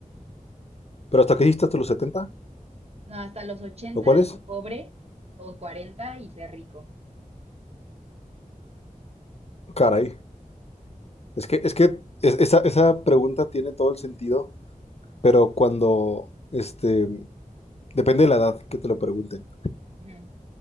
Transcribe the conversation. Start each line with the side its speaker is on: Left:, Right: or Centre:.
Left: ¿Pero hasta qué hiciste hasta los setenta
Right: No, hasta los 80
Left: ¿O cuál es?
Right: y pobre, o 40 y ser rico.
Left: Caray, es que, es que es- esa, esa pregunta tiene todo el sentido, pero cuando, este, depende de la edad que te lo pregunten.
Right: Ujú.